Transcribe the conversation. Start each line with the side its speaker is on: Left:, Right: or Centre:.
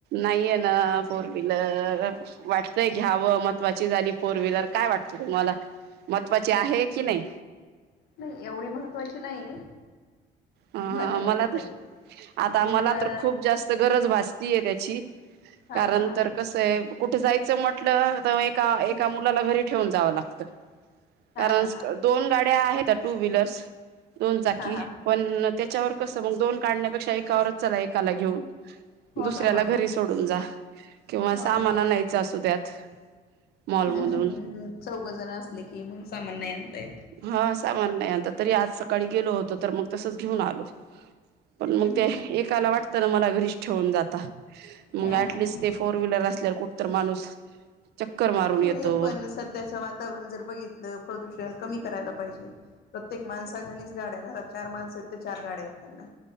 Right: नाहीये ना फोर वहीलर वाटतय घ्यावं महत्त्वाची झाली फोर व्हीलर काय वाटतं तुम्हाला.. महत्त्वाची आहे की नाही
Left: नाही एवढी महत्वाची नाहीये.
Right: हा
Left: माझ्या मते
Right: मला तर
Left: तरी
Right: आता
Left: जी
Right: मला
Left: मजा
Right: तर खूप जास्त गरज भासतीय त्याची
Left: हा
Right: कारण
Left: हा हा
Right: तर कसं आहे कुठे जायचं म्हट म्हटलं तर
Left: हं.
Right: एका मुलाला घरी ठेवून जावं लागत कारण
Left: हा हा हा
Right: दोन गाड्या आहेत टू व्हीलर बुस दोनचाकी
Left: हा हा हा
Right: त्यावर क दो काण्याप एका एकाला घेऊन
Left: हो
Right: दुसऱ्याला
Left: ना हो ना
Right: घरी सोडून जा किंवा
Left: हो
Right: सामाना
Left: ना हो
Right: नयच
Left: ना.
Right: असू दत मॉलमधून
Left: हम्म हम्म हम्म चौघ जण असले की मग सामान नाही आणता येत.
Right: ह सामान नाही आता.. तरी आज स काळी गेलो होतो तर मग घीऊन आलो. पण मंग
Left: हम्म
Right: ते
Left: हम्म
Right: एकाला वाटतं ना मला ठेउन जाता.
Left: हम्म
Right: मग
Left: हा
Right: एटलिस्ट
Left: हा हा
Right: ते फोर व्हीलर असल्या कुठ तर माणूस चक्कर मारून
Left: नही,
Right: येतो.
Left: पण सध्याच वातावरण जर बघितलं प्रदूषण कमी करायला पाहिजे. प्रत्येक माणसा गनीच गाड्या घरात चार माणस आहेत, तर चार गाड्या आहेत त्यांना.